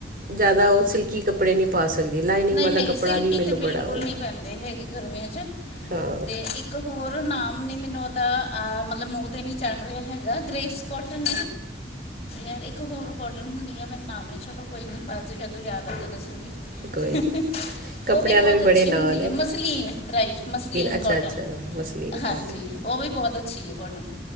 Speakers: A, on the right; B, on the left.
A: ਜ਼ਿਆਦਾ ਉਸ ਸਿਲਕੀ ਕੱਪੜੇ ਨਹੀਂ ਪਾ ਸਕਦੀ ਲਾਈਨਿੰਗ
B: ਨਹੀਂ
A: ਵਾਲਾ
B: ਨਹੀਂ
A: ਕੱਪੜਾ
B: ਸਿਲਕੀ
A: ਵੀ ਮੈਨੂੰ
B: ਤੇ ਬਿਲਕੁਲ
A: ਬੜਾ ਉਹ
B: ਨਹੀਂ ਪੈਂਦੇ ਹੈਗੇ ਗਰਮੀਆਂ 'ਚ
A: ਹਾਂ,
B: ਤੇ ਇੱਕ ਹੋਰ ਨਾਮ ਨਹੀਂ ਮੈਨੂੰ ਉਹਦਾ ਮਤਲਬ ਮੂੰਹ 'ਤੇ ਨਹੀਂ ਚੜ੍ਹ ਰਿਹਾ ਹੈਗਾ ਗ੍ਰੇਸ ਕੋਟਨ ਯਾਰ ਇੱਕ ਹੋਰ ਕੋਟਨ ਹੁੰਦੀ ਆ ਮੈ ਨਾਮੀ ਚਲੋ ਕੋਈ ਨੀ ਬਾਅਦ ਜਦੋਂ ਯਾਦ <unintelligible>
A: ਕੋਈ ਨਹੀਂ ਕੱਪੜਿਆਂ
B: ਉਹ ਵੀ ਬਹੁਤ
A: ਦੇ
B: ਅੱਛੀ
A: ਬੜੇ ਨਾਂ
B: ਹੁੰਦੀ
A: ਨੇ
B: ਐ ਮਸਲੀਨ ਰਾਈਟ ਮਸਲੀਨ
A: ਅੱਛਾ
B: ਕੋਟਨ
A: ਅੱਛਾ ਮਸਲੀਨ
B: ਹਾਂਜੀ।
A: ਕਾਟਨ
B: ਉਹ ਵੀ ਬਹੁਤ ਅੱਛੀ ਕੋਟਨ